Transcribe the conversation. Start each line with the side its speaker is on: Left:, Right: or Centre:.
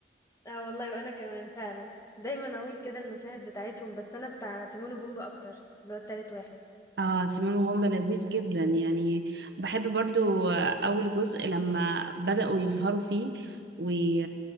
Left: اه والله وانا كمان فعلا دايما اقول كده المشاهد بتاعتهم بس انا بتاع تيمون وبومبا اكتر اللي هو التالت واحد
Right: اه تيمون وومبا لذيذ جدا يعني بحب برضو اول جزء لما بدأوا يظهروا فيه وي...